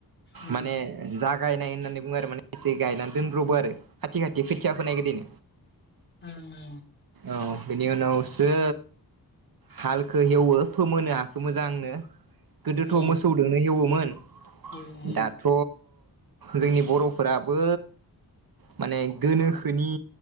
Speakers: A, on the left (about 25°); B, on the right (about 60°).
A: ओं
B: माने जा। गायनाय होननानै बुङो आरो माने एसे गायनानै दोनब्रबो आरो खाथि खाथि खोथिया फोनाय गोदोन
A: ओं
B: औ बिनि उनाव सो। हालखौ हेवो फोमोनो हाखौ मोजांनो। गोदोथ
A: ओं
B: मोसौजोंनो हेवोमोन
A: एवमोन
B: दाथ जोंनि बरफोराबो। माने गोनोखोनि